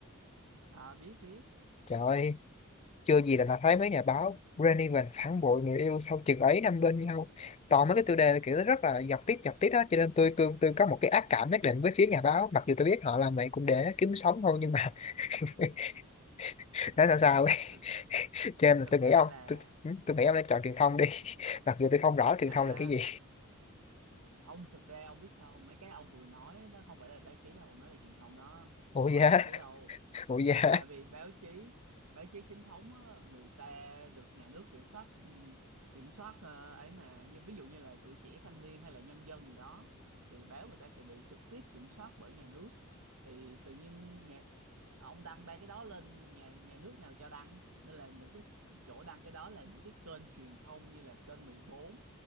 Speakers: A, on the right; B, on the left.
A: Ờ biết biết
B: trời ơi chưa gì là đã thấy mấy nhà báo Granny và phản bội người yêu sau chừng ấy năm bên nhau toàn mấy cái tiêu đề kiểu rất là giật tít giật tít đó cho nên tôi tôi tôi có một cái ác cảm nhất định với phía nhà báo mặc dù tôi biết họ làm vậy cũng để kiếm sống thôi nhưng mà <laughs> nói sao sao ấy.
A: thực,
B: cho nên là
A: thực
B: tôi nghĩ
A: ra
B: ông
A: là
B: tôi, ừ, tôi nghĩ ông nên chọn truyền thông đi <laughs> mặc dù tôi không rõ truyền
A: à
B: thông là cái gì
A: không thực ra ông biết sao không? mấy cái ông vừa nói nó không phải là báo chí đâu nó là truyền thông đó
B: ủa
A: không
B: dạ
A: phải báo chí đâu
B: ủa dạ
A: tại vì báo chí báo chí chính thống á, người ta được nhà nước kiểm soát ừm, kiểm soát ờ, ấy mà như ví dụ như là tuổi trẻ thanh niên hay là nhân dân gì đó thì báo người ta sẽ bị trực tiếp kiểm soát bởi nhà nước thì tự nhiên nhà ông đăng ba cái đó lên nhà nhà nước nào cho đăng nên là những cái chỗ đăng cái đó là những cái kênh truyền thông như là kênh 14